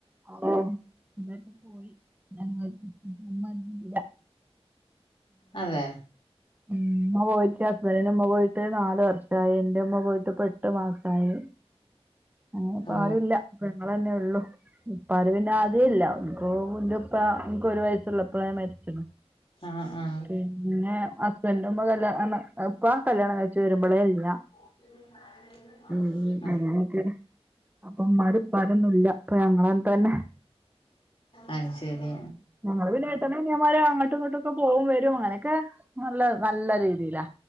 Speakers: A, on the right; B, on the left.
A: ആ ഇമ്മോക്കെ പോയി മ്മന്ന് ഇല്ല
B: അതെ
A: ഉഇമ്മപോയിറ്റ് ഹസ്ബന്റിന്റെ ഇമ്മപോയിറ്റ് നാല് വർഷായി, ന്റെ ഇമ്മ പോയിട്ട് ഇപ്പോ എട്ടു മാസായി. അങ്ങനെപ്പരുല്ല
B: ഓ
A: ഞങ്ങളന്നെ ഉള്ളു ഇപ്പറിവിന്ന ആദ്യേ ഇല്ല ഒന്ന അപ്പോ എന്റെപ്പ നിനിക്ക് ഒരു വയസ്സുള്ള അപ്പള മരിച്ചണ്
B: ആ ആ
A: പിന്നെ പമ്മ കല്യാ ഇപ്പൊ ആ കല്യാണം കഴച്ച് വരുമ്പോളേ അല്ല
B: <unintelligible>
A: ഉം
B: ആ
A: അങ്ങക്കെയാ അപ്പൊ ഉമ്മാരും ഉപ്പാരും ഇല്ല്യ ഇപ്പൊ ഞങ്ങന്ത തന്നെ
B: അത് ശരി
A: ഞങ്ങള് പിന്ന ഏട്ടനും അനിയന്മാരും അങ്ങട്ടും ഇങ്ങട്ടും ഒക്കെ പോകും വരും അങ്ങനെയൊക്കെ നല്ല നല്ല രീതിയിലാ.